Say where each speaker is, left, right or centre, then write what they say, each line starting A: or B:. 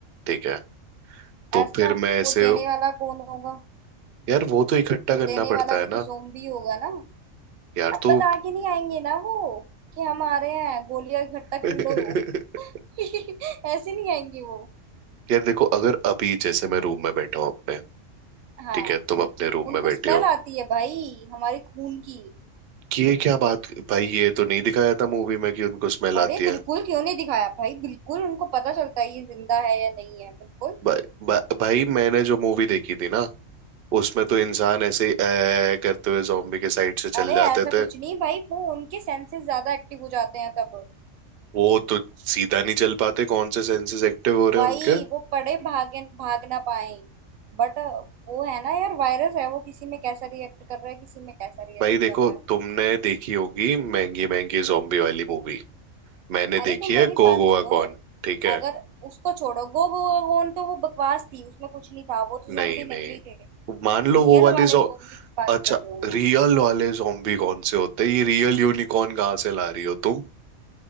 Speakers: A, on the right; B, on the right.
A: ठीक है तो
B: अच्छा
A: फिर मैं ऐसे
B: वो देने वाला कौन होगा
A: यार वो तो इकट्ठा
B: वो
A: करना
B: देने
A: पड़ता
B: वाला
A: है
B: भी तो
A: ना
B: ज़ोंबी होगा ना
A: यार
B: अब
A: तो
B: बता के नहीं आएंगे ना वो कि हम आ रहे हैं गोलियां इकट्ठा
A: <laughs>
B: कर लो <laughs> ऐसे नहीं आएंगे वो
A: यार देखो अगर अभी जैसे मैं रूम में बैठा हूँ अपने
B: हाँ
A: ठीक है तुम अपने रूम
B: उनको
A: में बैठे
B: स्मेल
A: हो
B: आती है भाई हमारे खून की
A: कि ये क्या बात भाई ये तो नहीं दिखाया था मूवी में कि उनको स्मेल
B: अरे
A: आती है
B: बिल्कुल क्यों नहीं दिखाया भाई बिल्कुल उनको पता चलता है ये जिंदा है या नहीं है बिल्कुल
A: भा, भा, भाई मैंने जो मूवी देखी थी ना उसमें तो इंसान ऐसे ही "ऐ" करते हुए जॉम्बी के साइड से चल
B: अरे
A: जाते
B: ऐसा कुछ
A: थे
B: नहीं भाई वो उनके सेंसेस ज्यादा एक्टिव हो जाते हैं तब
A: वो तो सीधा नहीं चल पाते कौन से सेंसेस एक्टिव हो रहे
B: भाई
A: हैं उनके
B: वो पड़े भागे भाग ना पाए बट वो है ना यार वायरस है वो किसी में कैसा रिएक्ट कर रहा है किसी में कैसा रिएक्ट
A: भाई देखो
B: कर रहा है
A: तुमने देखी होगी महंगी महंगी जॉम्बी वाली मूवी मैंने
B: अरे
A: देखी
B: तुम
A: है
B: मेरी
A: गो
B: बात
A: गोवा
B: सुनो
A: कौन ठीक है
B: अगर उसको छोड़ो गो गो गोन तो वो बकवास थी उसमें कुछ नहीं था वो तो
A: नहीं
B: जोम्बी
A: नहीं
B: नकली थे
A: मान लो
B: रियल
A: वो वाली
B: वाले
A: जो
B: जोम्बी की बात
A: अच्छा
B: कर रही हूँ मैं
A: रियल वाले जॉम्बी कौन से होते हैं ये रियल यूनिकॉर्न कहाँ से ला रही हो तुम